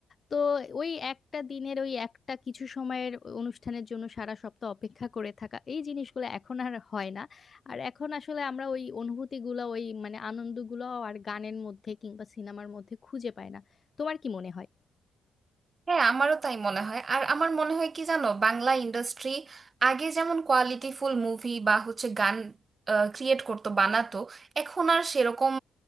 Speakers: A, on the left (about 40°); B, on the right (about 35°).
A: তো ওই একটা দিনের ওই একটা কিছু সময়ের অনুষ্ঠানের জন্য সারা সপ্তাহ অপেক্ষা করে থাকা এই জিনিসগুলো এখন আর হয় না আর এখন আসলে আমরা ওই অনুভূতিগুলো ওই মানে আনন্দগুলো আর গানের মধ্যে কিংবা সিনেমার মধ্যে খুঁজে পাই না তোমার কি মনে হয়
B: হ্যাঁ আমারও তাই মনে হয় আর আমার মনে হয় কি জানো বাংলা ইন্ডাস্ট্রি আগে যেমন কোয়ালিটিফুল মুভি বা হচ্ছে গান ক্রিয়েট করতো বানাতো এখন আর সেরকম